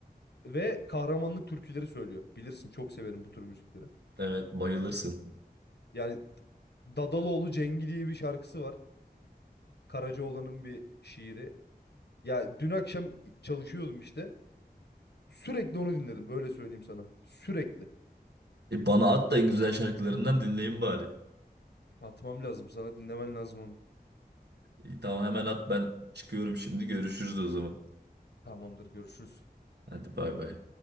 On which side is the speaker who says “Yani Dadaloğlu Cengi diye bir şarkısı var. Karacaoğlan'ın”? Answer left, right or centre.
Left